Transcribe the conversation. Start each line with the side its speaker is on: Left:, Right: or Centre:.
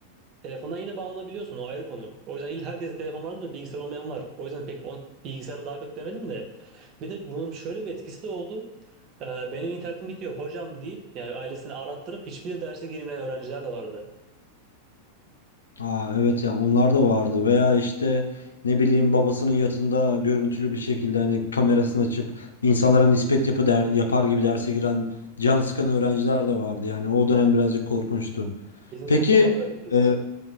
Right: telefondan yine bağlanabiliyorsun o ayrı konu. O yüzden il herkese telefon vardır da bilgisayar olmayan var. O yüzden pek on, bilgisayarı daha kötü demedim de. Bir de bunun şöyle bir etkisi de oldu. E, benim internetim bitiyor hocam deyip yani ailesini arattırıp hiçbir derse girmeyen öğrenciler de vardı.
Left: Aa evet yani onlar da vardı. Veya işte ne bileyim babasının yatında görüntülü bir şekilde hani kamerasını açıp insanlara nispet yapı der, yapar gibi derse giren can sıkan öğrenciler de vardı. Yani o dönem birazcık korkunçtu.
Right: Bizim
Left: Peki
Right: sınıfta vardı öyle bir kız.
Left: e,